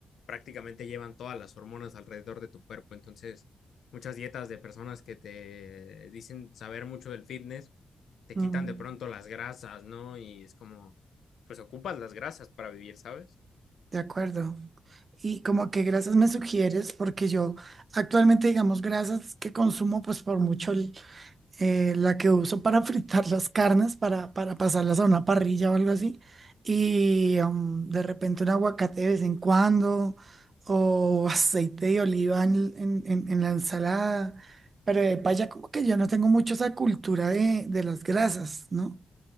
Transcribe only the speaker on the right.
Mm,
de acuerdo. Y como que grasas me sugieres, porque yo actualmente, digamos, grasas que consumo, pues por mucho, eh, la que uso para fritar las carnes, para, para pasarlas a una parrilla o algo así. Y um, de repente un aguacate de vez en cuando, o <laughs> aceite de oliva en, en- en- en la ensalada. Pero de paya, como que yo no tengo mucho esa cultura de, de las grasas, ¿no?